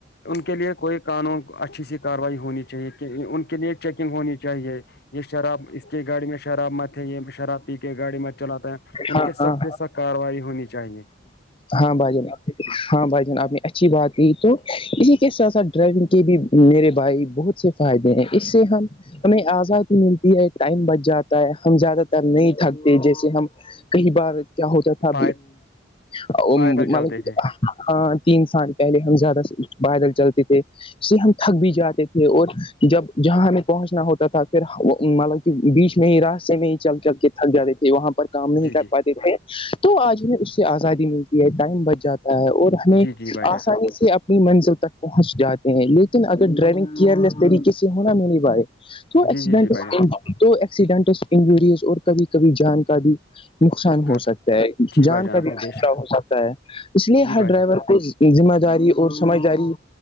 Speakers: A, on the left; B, on the left.
A: ان کے لیے کوئی قانون اچھی سی کاروائی ہونی چاہیے کہ ان کے لیے چیکنگ ہونی چاہیے یہ شراب اس کے گاڑی میں شراب مت ہے یہ شراب پی کے گاڑی مت چلاتے ان
B: ہاں
A: کے
B: ہاں
A: سخت سخت کاروائی ہونی چاہیے
B: ہاں بھائی جان ہاں بھائی جان آپ نے اچھی بات کی تو اسی کے ساتھ ساتھ ڈرائیونگ کے بھی میرے بھائی بہت سے فائدے ہیں اس سے ہم ہمیں آزادی ملتی ہے ٹائم بچ جاتا ہے ہم زیادہ تر نہیں تھکتے جیسے ہم کئی بار کیا ہوتا تھا
A: پائے
B: مطلب
A: پیدل چلتے تھے
B: ہاں تین سال پہلے ہم زیادہ بل چلتے تھے سے ہم تھک بھی جاتے تھے اور جب جہاں ہمیں پہنچنا ہوتا تھا پھر مطلب بیچ میں ہی راستے میں ہی چل چل کے تھک جاتے تھے وہاں پر کام نہیں
A: جی
B: کر
A: جی
B: پاتے تھے تو آج ہمیں اس سے آزادی ملتی ہے ٹائم بچ جاتا ہے اور ہمیں
A: جی جی بھائی جان
B: آسانی سے اپنی منزل تک پہنچ جاتی ہیں لیکن اگر ڈرائیونگ کیئر لیس طریقے سے ہونا میرے بھائی تو
A: جی
B: ایکسیڈنٹ
A: جی جی بھائی جان
B: تو ایکسیڈنٹس انجوریز اور کبھی کبھی جان کا بھی نقصان ہو
A: خط
B: سکتا ہے
A: جی
B: جان
A: بھائی
B: کا
A: آپ
B: بھی
A: نے
B: خطرہ
A: بے شک
B: ہو سکتا ہے اس لیے
A: جی
B: ہر
A: بھائی
B: ڈرائیور
A: جان
B: کو ایک ذمہ داری اور سمجھداری